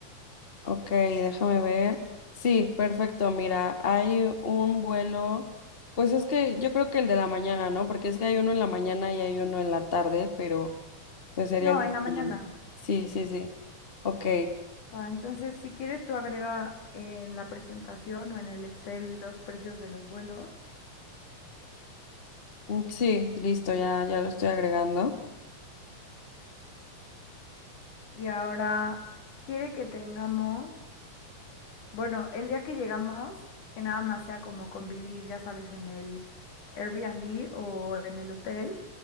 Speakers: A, on the left; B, on the left.
A: ok, déjame ver. Sí, perfecto. Mira, hay un vuelo. Pues es que yo creo que el de la mañana, ¿no? Porque es que hay uno en la mañana y hay uno en la tarde, pero pues sería
B: No,
A: el de
B: en la mañana.
A: la mañana. Sí, sí, sí. Ok.
B: Va, entonces si quieres tú agrega en la presentación o en el Excel los precios de los vuelos.
A: mm, Sí, listo, ya, ya lo estoy agregando.
B: Y ahora quiere que tengamos Bueno, el día que llegamos, que nada más sea como convivir, ya sabes, en el Airbnb o en el hotel